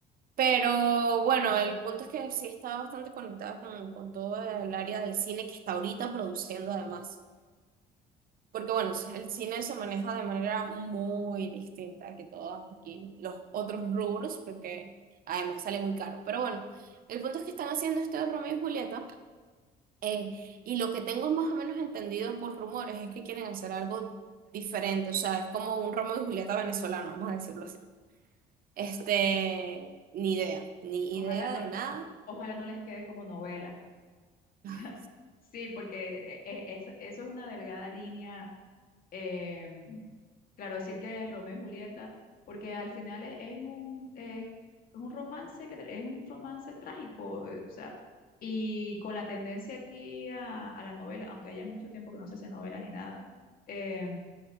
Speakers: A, on the right (about 60°); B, on the left (about 60°).
A: pero bueno, el punto es que sí está bastante conectada con, con todo el área del cine que está ahorita produciendo además. Porque bueno, el cine se maneja de manera muy distinta que todos aquí los otros rubros, porque además sale muy caro. Pero bueno, el punto es que están haciendo este de Romeo y Julieta. Eh, y lo que tengo más o menos entendido por rumores es que quieren hacer algo diferente, o sea, es como un Romeo y Julieta venezolano, vamos a decirlo así. Este, ni idea, ni
B: Ojalá
A: idea
B: no,
A: de nada.
B: ojalá no les quede como novela. <laughs> O
A: Ay,
B: sea, sí, porque e- e- eso, eso es una delgada línea eh, claro, decir que es Romeo y Julieta, porque al final es, es un, es, un romance que tra- es un romance trágico, eh, o sea, y con la tendencia aquí a, a la novela, aunque haya mucho tiempo que no se hace novela ni nada, eh,